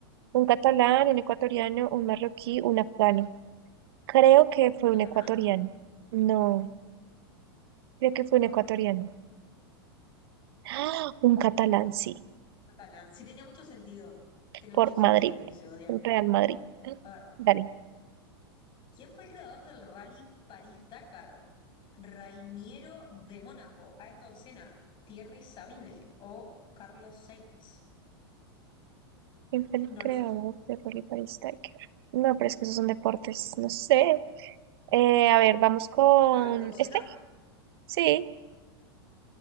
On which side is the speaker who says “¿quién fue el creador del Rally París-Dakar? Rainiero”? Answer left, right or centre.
Left